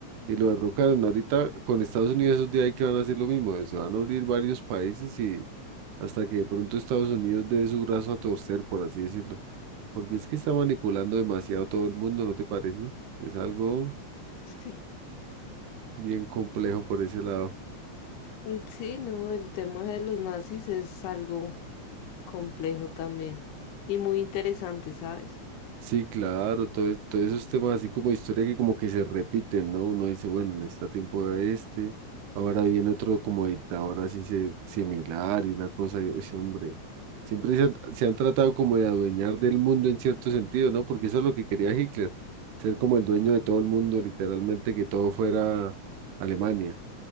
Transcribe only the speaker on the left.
Sí.
Mm, Sí, no, el tema de los nazis es algo complejo también y muy interesante, ¿sabes?